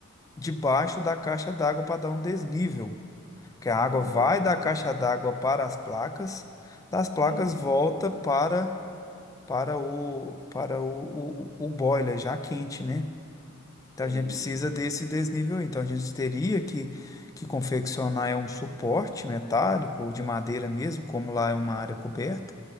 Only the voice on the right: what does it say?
nossa,
entendi,
entendi.